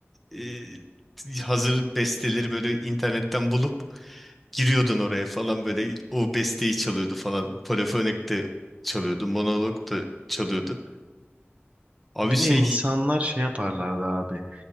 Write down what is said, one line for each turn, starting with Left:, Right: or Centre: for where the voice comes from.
Centre: e, hazır besteleri böyle internetten bulup giriyordun oraya falan böyle o besteyi çalıyordu falan. Polifonik de çalıyordu, monolog da çalıyordu. Abi
Right: bir
Centre: şey
Right: de insanlar şey yaparlardı abi